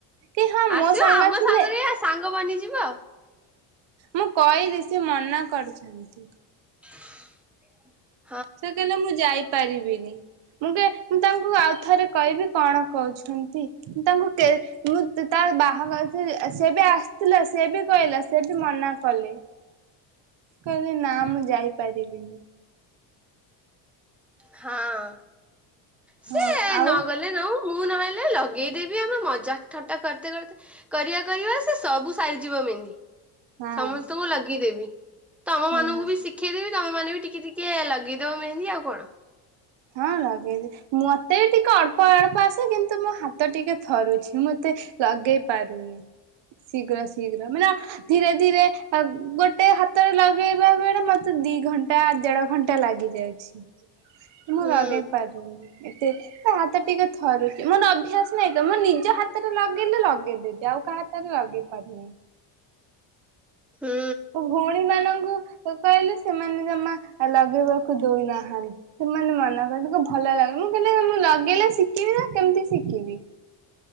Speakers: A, on the right; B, in the centre.
A: କି ହଁ
B: ଆସିବ
A: ମୋ ସାଙ୍ଗ
B: ଆମ
A: ଥିଲେ
B: ସାଙ୍ଗରେ ସାଙ୍ଗ ବନି ଯିବ
A: ମୁଁ କହିଲି ସେ ମନା କରିଛନ୍ତି।
B: <inaudible>
A: ସେ କହିଲେ ମୁଁ ଯାଇ ପରିବିନି ମୁଁ ମୁଁ ତାଙ୍କୁ ଆଉ ଥରେ କହିବି କଣ କହୁଛନ୍ତି। ତାଙ୍କୁ ମୁଁ ତ ବାହାଘର ସେ ବି ଆସିଥିଲା ସେ ବି କହିଲା ସେ ବି ମନା କଲେ କହିଲେ ନା ମୁଁ ଯାଇପାରିବିନି।
B: ହଁ। ସେଏ
A: ହଁ ଆଉ
B: ନଗଲେ ନଉ ମୁଁ ନହେଲେ ଲଗେଇଦେବି ଆମେ ମଜା ଠଟା କରତେ କରତେ କରିବା କରିବା ସେ ସବୁ ସାରିଯିବ ମେହିନ୍ଦୀ।
A: ହଁ
B: ସମସ୍ତଙ୍କୁ ଲଗେଦେବି। ତ ଆମ
A: ହଁ।
B: ମାନଙ୍କୁ ବି ଶିଖେଇ ଦେବ ତମେ ମନେ ବି ଟିକେ ଟିକେ ଟଏ ଲଗେଇଦବ ମେହେନ୍ଦୀ ଆଉ କଣ।
A: ହଁ ଲଗେଇଦ ମତେ ବି ଟିକେ ଅଳ୍ପ ଅଳ୍ପ ଆସେ କିନ୍ତୁ ମୋ ହାତ ଟିକେ ଥରୁଛି ମତେ ଲଗେଇ ପାରୁନି ଶୀଘ୍ର ଶୀଘ୍ର ମାନେ ଧୀରେ ଧୀରେ ଗୋଟେ ହାତରେ ଲଗେଇବା ବେଳେ ମତେ ଦି ଘଣ୍ଟା ଦେଢ ଘଣ୍ଟା ଲାଗି ଯାଉଛି। ମୁଁ
B: ହୁଁ
A: ଲଗେଇ ପାରୁନି। ଏତେ ସେ ହାତ ଟିକେ ଥରୁଛି ମୋର ଅଭ୍ୟାସ ନହିଁ ତ ମୁଁ ନିଜ ହାତରେ ଲଗେଇଲେ ଲଗେଇଦେବି। ଆଉ କା ହାତରେ ଲଗେଇ ପାରିବିନି।
B: ହୁଁ
A: ଭଉଣୀ ମାନଙ୍କୁ କହିଲେ ସେମାନେ ଜମା ଲଗେଇବାକୁ ଦଉନାହାନ୍ତି ସେମାନେ ମନା କଲେ ତାକୁ ଭଲ ଲାଗେ ମୁଁ ମୁ ଲଗେଇଲେ ଶିଖିବି ନା କେମତି ଶିଖିବି?